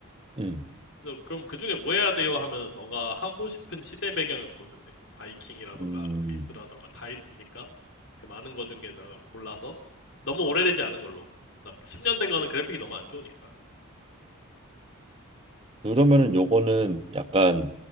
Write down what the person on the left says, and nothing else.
그래서 그럼 그 중에 뭐 해야 돼요? 하면 너가 하고 싶은 시대 배경을 고르면 돼. 뭐 바이킹이라던가
그리스라던가 다 있으니까 그 많은 거 중에 너 골라서 너무 오래되지 않은 걸로. 막 10년 된 거는 그래픽이 너무 안 좋으니까.